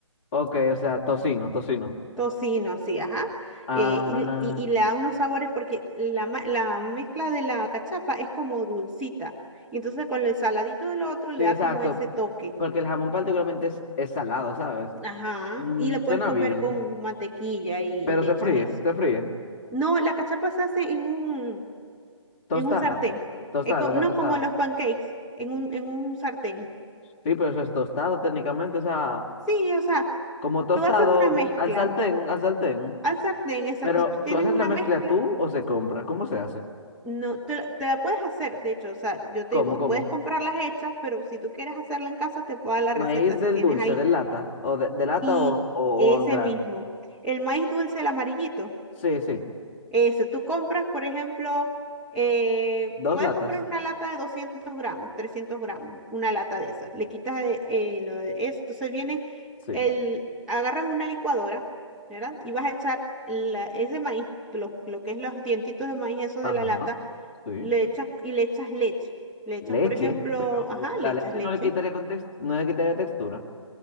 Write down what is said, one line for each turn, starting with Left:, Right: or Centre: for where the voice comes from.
Left: Ok, o sea, tocino, tocino.
Centre: tocino, sí, ajá.
Left: Ah,
Centre: Eh, y, y- y le da unos sabores porque la, ma- la mezcla de la cachapa es como dulcita. Y Entonces con el saladito del otro le
Left: sí, exacto.
Centre: da como ese toque.
Left: Porque el jamón particularmente es, es salado, ¿sabes?
Centre: Ajá,
Left: Mm,
Centre: y la puedes
Left: suena
Centre: comer
Left: bien,
Centre: con mantequilla y,
Left: pero
Centre: y le
Left: se
Centre: echas
Left: fríe,
Centre: eso.
Left: se fríe.
Centre: No, la cachapa se hace en un,
Left: Tostada.
Centre: en un sartén,
Left: Tostada,
Centre: Eh, co-
Left: o sea,
Centre: no
Left: tostado
Centre: como los pancakes, en un, en un sartén.
Left: Sí, pero eso es tostado técnicamente, o sea,
Centre: Sí, o sea,
Left: como tostado
Centre: tú haces una mezcla
Left: al sartén, al sartén.
Centre: al sartén, exacto,
Left: Pero,
Centre: tú tienes
Left: ¿tú haces
Centre: una
Left: la mezcla
Centre: mezcla,
Left: tú o se compra? ¿Cómo se hace?
Centre: no, te, la te la puedes hacer, de hecho, o sea, yo
Left: ¿Cómo,
Centre: te digo,
Left: cómo?
Centre: puedes comprarlas hechas, pero si tú quieres hacerla en casa, te puedo dar la
Left: Maíz
Centre: receta si
Left: del
Centre: tienes
Left: dulce,
Centre: ahí.
Left: de lata, o de, de lata
Centre: Y
Left: o, o,
Centre: ese
Left: o en grano.
Centre: mismo, el maíz dulce, el amarillito.
Left: Sí, sí.
Centre: Eso, tú compras, por ejemplo, eh,
Left: Dos
Centre: puedes
Left: latas.
Centre: comprar una lata de 200 gramos, 300 gramos, una lata de esas. Le quitas eh, eh, lo de eso, entonces viene
Left: Sí.
Centre: el, agarras una licuadora, ¿verdad? Y vas a echar la- ese maíz, lo, lo que es los dientitos de maíz, esos
Left: Ajá,
Centre: de la lata,
Left: sí.
Centre: le echas y le echas leche. Le echas,
Left: Leche,
Centre: por ejemplo,
Left: pero
Centre: ajá,
Left: la
Centre: le echas
Left: leche
Centre: leche.
Left: no le quitaría context, no le quitaría textura.